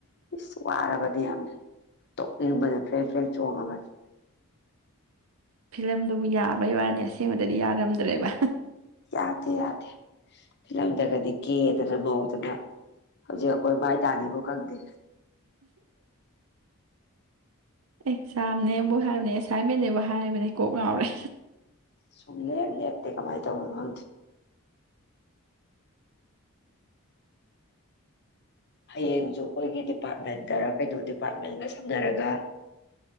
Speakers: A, on the left; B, on the right.
A: ꯏꯁꯁ ꯋꯥꯔꯕꯗꯤ ꯌꯥꯝꯃꯦ ꯇꯣꯛꯅꯤꯡꯕꯗ ꯐ꯭ꯔꯦꯡ ꯐ꯭ꯔꯦꯡ ꯆꯣꯡꯉꯒꯗꯤ
B: ꯐꯤꯂꯝꯗꯨꯕꯨ ꯌꯥꯕꯩ ꯋꯥꯔꯅꯤ ꯑꯁꯦꯡꯕꯗꯗꯤ ꯌꯥꯔꯝꯗ꯭ꯔꯦꯕ
A: ꯌꯥꯗꯦ ꯌꯥꯗꯦ ꯐꯤꯂꯝꯗꯒꯗꯤ ꯀꯦꯗꯅ ꯃꯧꯗꯅ ꯍꯧꯖꯤꯛ ꯑꯩꯈꯣꯏ ꯃꯥꯏ ꯇꯥꯅꯤꯕꯨ ꯈꯪꯗꯦ
B: ꯑꯦꯛꯖꯥꯝꯅꯦꯕꯨ ꯍꯥꯏꯕꯅꯦ ꯑꯦꯁꯥꯏꯟꯃꯟꯅꯦꯕꯨ ꯍꯥꯏꯔꯤꯕꯅꯦ ꯀꯣꯛ ꯉꯥꯎꯔꯦ
A: ꯁꯨꯡꯂꯦ ꯂꯦ ꯇ ꯀꯃꯥꯏ ꯇꯧꯕ ꯍꯣ ꯍꯌꯦꯡꯁꯨ ꯑꯩꯈꯣꯏꯒꯤ ꯗꯤꯄꯥꯔꯠꯃꯦꯟꯇ ꯀꯩꯅꯣ ꯗꯤꯄꯥꯔꯠꯃꯦꯟꯒ ꯁꯝꯅꯔꯒ